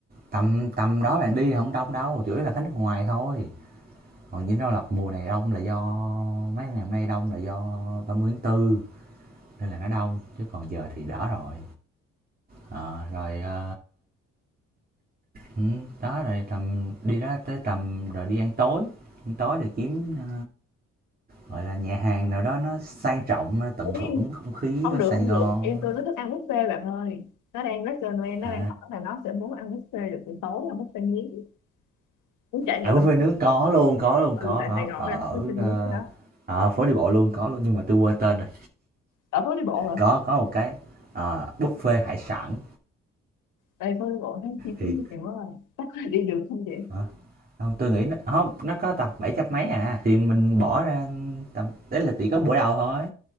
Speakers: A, on the right; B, on the left.
A: tầm tầm đó bạn đi thì không đông đâu, chủ yếu là khách nước ngoài thôi. Còn dinh độc lập mùa này đông là do mấy ngày hôm nay đông là do 30 tháng Tư nên là nó đông chứ còn giờ thì đỡ rồi. Ờ, rồi, ờ, ừm, đó, rồi tầm đi đó tới tầm rồi đi ăn tối, ăn tối thì kiếm, ờ, gọi là, nhà hàng nào đó nó sang trọng, ơ, tận
B: Ý,
A: hưởng không khí
B: không
A: của Sài
B: được không
A: Gòn.
B: được em tôi nó thích ăn buffet bạn ơi nó đang rất là Noel nó
A: À,
B: đang hỏi là nó sẽ muốn ăn buffet được buổi tối ăn buffet miếng muốn trải
A: à,
B: nghiệm
A: buffet
B: không
A: nướng có luôn, có luôn,
B: ừ
A: có,
B: tại
A: có,
B: Sài Gòn
A: ở
B: phải
A: ở,
B: ăn buffet
A: ơ,
B: miếng cái đó
A: ờ, à, phố đi bộ luôn, có luôn, nhưng mà tôi quên tên rồi.
B: ở phố đi bộ hả
A: Có có một cái, ờ, buffet hải sản
B: đây phố đi bộ thấy chi
A: thì
B: phí nhiều quá rồi chắc là đi được không vậy
A: hả? Hông, tui nghĩ nó hông, nó có tầm bảy trăm mấy à, thì mình bỏ ra tầm đấy là chỉ có bữa đầu thôi.